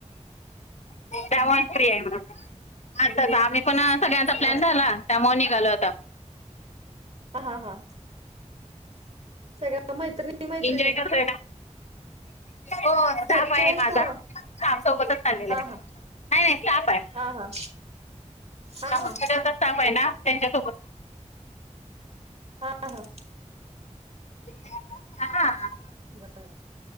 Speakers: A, on the left; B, on the right.
A: सेवन फ्री आहे म्हण. अच् आम्ही पण सगळ्यांचा प्लॅन
B: हा
A: झाला त्यामुळे निघालो होता
B: हा हा सगळ्या मैत्रिणी मैत्रिणी
A: एन्जॉय करतोय ना हो स्टाफ
B: घरचे
A: आहे
B: आहेत
A: माझा
B: का
A: स्टाफ सोबतच चाललेली
B: हा
A: आहे.
B: हा
A: नाही नाही स्टाफ आहे
B: हा हा हा
A: हॉपिटलचा
B: हा
A: स्टाफ आहे ना त्यांच्यासोबत
B: हा हा
A: <inaudible>
B: <inaudible>